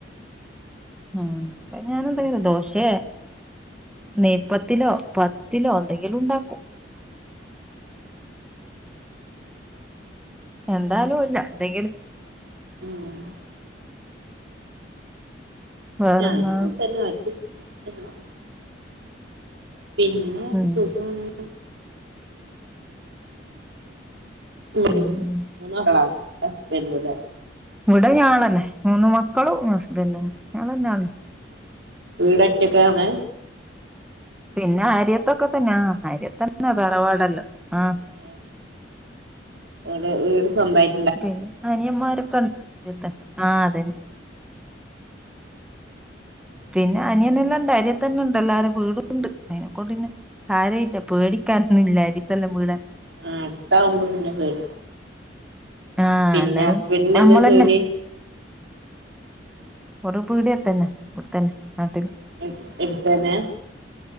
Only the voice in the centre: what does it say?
ഏഹ് <unintelligible> ഞാനെന്തെങ്കിലും ദോശെ നെയ്പ്പത്തിലോ പത്തിലോ എന്തെങ്കിലും ഉണ്ടാക്കും. എന്താലുല്ലാ എന്തെങ്കിലും
വേറെന്നാ
ഉം
ഉം
ഇവിടെ ഞാങ്‌ളെന്നെ മൂന്ന് മക്കളും ഹസ്ബൻഡും ഞങ്‌ളെന്നെള്ളു
പിന്നെ അരിയത്തൊക്കെ തന്നെ ആഹ് അരിയത്ത് ന്നെ തറവാടല്ലോ ആഹ്
പിന്നെ അനിയന്മാര് <unintelligible> പിന്നെ അനിയനെല്ലാം ഉണ്ട് അരിയ തന്നെ ഉണ്ട്. എല്ലാരെ വീടുംണ്ട് അയ്നെക്കൊണ്ട്ന്നെ. സാരയില്ല പേടിക്കാനൊന്നും ഇല്ല അരിത്തെല്ലാം വീട
ആ
എല്ലാരും
നമ്മളന്നെ
വടെ പീടിയത്തന്നെ, ഇവിടെത്തന്നെ നാട്ടില്.